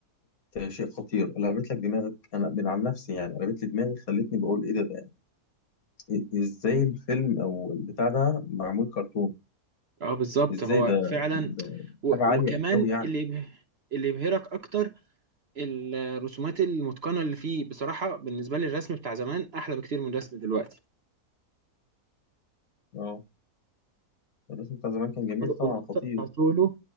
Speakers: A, on the left; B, on the right.
A: آه، شيء خطير قلبت لك دماغك انا من عن نفسي يعني قلبت لي دماغي خلتني بقول ايه ده ده إيه- إيه، ازاي الفيلم او البتاع ده معمول كرتون
B: آه بالضبط،
A: ازاي
B: هو
A: ده,
B: فعلًا
A: ده
B: و
A: حاجه عاليه
B: وكمان
A: قوي يعني
B: اللي يبه اللي يبهرك أكتر الرسومات المُتقَنة اللي فيه، بصراحة بالنسبة لي الرسم بتاع زمان أحلى بكتير من الرسم دلوقتي.
A: اه الرسم بتاع زمان كان جميل
B: والقصة
A: طبعا خطير
B: بتاعة سولو